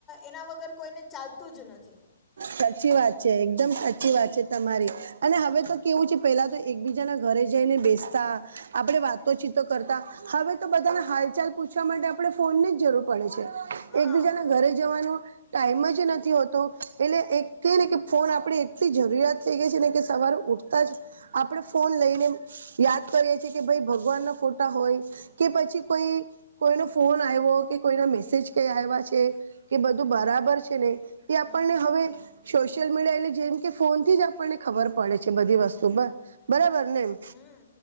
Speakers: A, on the left; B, on the right.
A: એના વગર કોઈને ચાલતું જ નથી.
B: સાચી વાત છે એકદમ સાચી વાત છે તમારી અને હવે
A: હમ
B: તો કેવું છે પેલા ના એક બીજા ના ઘરે જઈને બેસતા આપણડે વાતોચીતો કરતા હવે તો બધાને હાલચાલ પૂછવા માટે આપડે ફોનની જ જરૂર પડે છે. એક
A: હા
B: બીજા ના ઘરે જવાનો ટાઈમ જ નથી હોતો એટલે એક કે ને કે ફોન આપડે એટલી જરૂરિયાત થઈ ગઈ છે ને કે સવારે ઉઠતા જ આપડે ફોન લઈને યાદ કરીએ છેએ કે ભાઈ ભગવાન ના ફોટા હોય કે પછી કોઈ કોઈનો ફોન આવ્યો કે કોઈના મેસેજ કે આવ્યા છે કે બધું બરાબર છે ને એ આપણને
A: હમ
B: હવે સોશિયલ મીડિયા એટલે જેમ કે ફોનથી જ આપણને ખબર પડે છે બધી વસ્તુ બ બરાબર ને એમ.
A: હમ્મ